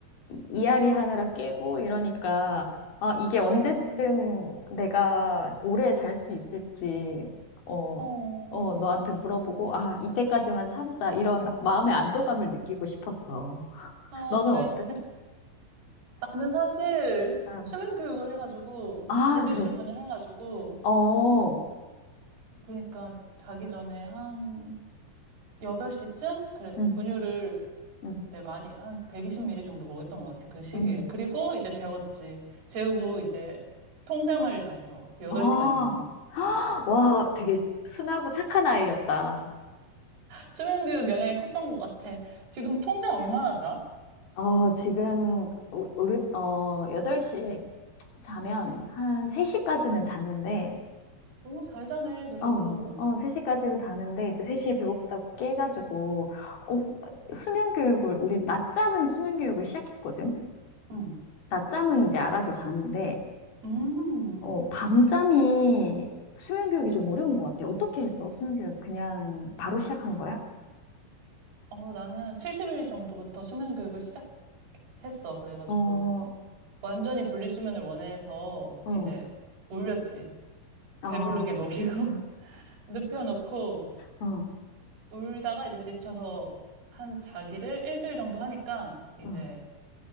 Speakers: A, on the left (about 70°); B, on the right (about 70°).
A: 이- 이앓이 하느라 깨고 이러니까 아, 이게 언제쯤
B: 그래,
A: 내가 오래 잘 수 있을지 어,
B: 어,
A: 어, 너한테 물어보고 아, 이때까지만 참자 이런 마음의 안도감을 느끼고 싶었어.
B: 아,
A: 너는
B: 그래,
A: 어때?
B: 잘했어. 나는 사실
A: 아,
B: 수면 교육을 해가지고,
A: 아,
B: 분리수면을
A: 그래.
B: 해가지고,
A: 어,
B: 그러니까 자기 전에 한 8시쯤? 그래,
A: 응,
B: 분유를
A: 응,
B: 그때 많이, 한 120ml 정도 먹였던 것 같아, 그 시기에.
A: 응.
B: 그리고 이제 재웠지. 재우고 이제 통잠을 잤어. 8시간
A: 아,
B: 이상.
A: <gasps> 와, 되게 순하고 착한 아이였다.
B: 수면교육 영향이 컸던 것 같아. 지금 통잠 얼마나 자?
A: 어, 지금, 우- 우리, 어, 8시에 자면 한 3시까지는 자는데,
B: 오, 잘 자네, 그래도.
A: 어, 어, 3시까지는 자는데, 이제 3시에 배고프다고 깨가지고, 어, 수면 교육을, 우리 낮잠은 수면 교육을 시작했거든?
B: 응.
A: 낮잠은 이제 알아서 자는데,
B: 음.
A: 어, 밤잠이 수면 교육이 좀 어려운 것 같아. 어떻게 했어? 수면 교육 그냥 바로 시작한 거야?
B: 어, 나는 70일 정도부터 수면교육을 시작했어. 그래가지고,
A: 어, 어,
B: 완전히 분리수면을 원해서
A: 어,
B: 이제 울렸지.
A: 어,
B: 배부르게 먹이고, <laughs> 눕혀놓고,
A: 어,
B: 울다가 이제 지쳐서 한 자기를 일주일 정도 하니까 이제
A: 어,